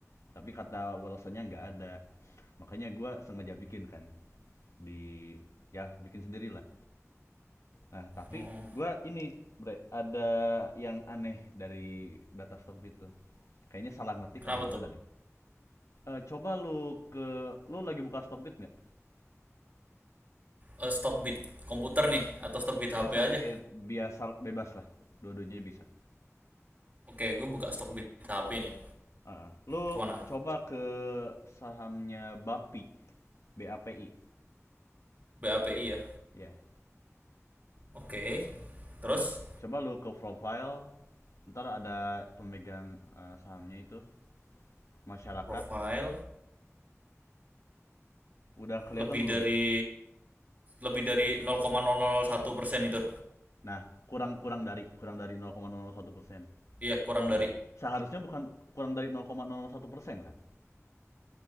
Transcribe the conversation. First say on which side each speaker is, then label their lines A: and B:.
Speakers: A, on the left; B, on the right.
A: Tapi kata wallace nggak ada. Makanya gue sengaja bikin kan di ya bikin sendiri lah. Nah, tapi
B: Oh.
A: gue ini Bre, ada yang aneh dari data Stockbit tuh. Kayaknya salah ngetik
B: Kenapa
A: atau gimana
B: tuh?
A: deh. Eh, coba lu ke lu lagi buka Stockbit nggak?
B: Eh, stock komputer nih atau stockbit bid HP
A: Ya sabit
B: aja?
A: biasa bebas lah. Dua-duanya bisa.
B: Oke, gue buka stok BTHP nih.
A: Ah, lu
B: Kemana?
A: coba ke sahamnya BAPI. BAPI.
B: BAPI ya.
A: Ya.
B: Oke.
A: Ah,
B: Terus
A: coba lu ke profile. Ntar ada pemegang eh, sahamnya itu masyarakat.
B: profile
A: Udah kelihatan
B: lebih
A: belum?
B: dari lebih dari 0,001% itu.
A: Nah, kurang-kurang dari kurang dari 0,01%.
B: Iya, kurang dari.
A: Nah, seharusnya bukan kurang dari 0,01% kan?